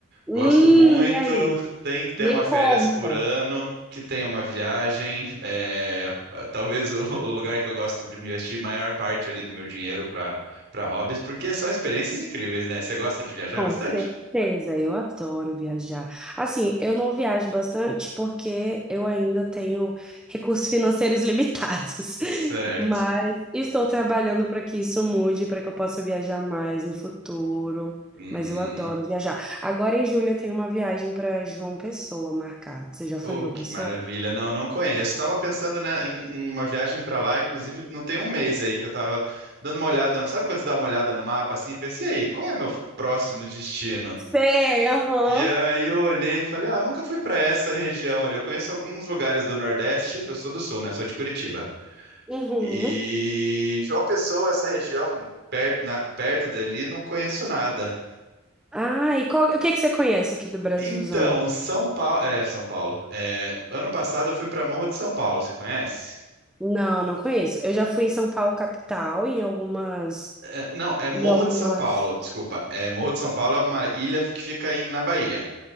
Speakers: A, in the centre; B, on the right.
A: hum,
B: Gosto muito,
A: e aí?
B: tem que ter
A: Me
B: uma férias
A: conta.
B: por ano, que tenha uma viagem. É, talvez <laughs> o, o lugar que eu gosto de investir maior parte ali do meu dinheiro para para hobbies, porque são experiências incríveis, né? Você gosta de viajar
A: Com
B: bastante?
A: certeza, eu adoro viajar. Assim, eu não viajo bastante porque eu ainda tenho recursos financeiros limitados,
B: Certo.
A: <laughs> mas estou trabalhando para que isso mude, para que eu possa viajar mais no futuro.
B: Uhum.
A: Mas eu adoro viajar. Agora em julho eu tenho uma viagem para João Pessoa marcada. Você já
B: Oh,
A: foi em João
B: que
A: Pessoa?
B: maravilha. Não, não conheço. Estava pensando, né, em, em uma viagem para lá, inclusive, não tem um mês aí que eu estava dando uma olhada, no- sabe quando você dá uma olhada no mapa assim, e pensa, e aí, qual é meu próximo destino?
A: Sei, aham.
B: E aí eu olhei e falei, ah, nunca fui para essa região ali. Eu conheço alguns lugares do Nordeste, eu sou do Sul, né? Sou de Curitiba.
A: Uhum.
B: E João Pessoa, essa região perto, na- perto dali, não conheço nada.
A: Ah, e qual, o que que você conhece aqui do Brasilzão?
B: Então, São Paulo, é, São Paulo. É, ano passado eu fui para Morro de São Paulo, você conhece?
A: Não, não conheço. Eu já fui em São Paulo, capital, em algumas.
B: É, não, é Morro
A: em algumas.
B: de São Paulo, desculpa. É, Morro de São Paulo é uma ilha que fica em, na Bahia.